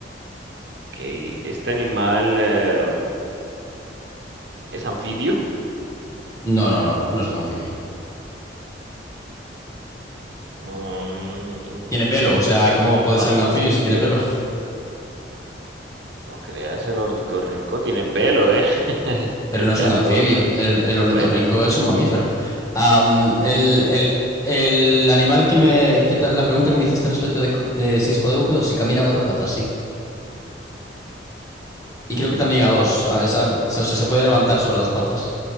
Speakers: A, on the right; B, on the left.
A: Ok, este animal eh, es anfibio,
B: No, no, no, no es un anfibio.
A: um,
B: Tiene pelo,
A: mm,
B: o sea,
A: tiene
B: ¿cómo
A: cuatro
B: puede
A: patas
B: ser un anfibio
A: y
B: si tiene
A: pelo.
B: pelo?
A: No creas, el ornitorrinco tiene pelo, ¿eh? <laughs>
B: pero
A: El
B: no es
A: castor,
B: un anfibio. El, el ornitorrinco
A: bueno,
B: es un mamífero. Am, el, el- el animal que me... ¿Qué tal? La pregunta que me hiciste al respecto de, de si es cuadrúpedo, si camina a cuatro patas, sí. Y
A: mm,
B: creo que también
A: ok.
B: a dos. A esa- o sea, se puede levantar sobre dos patas.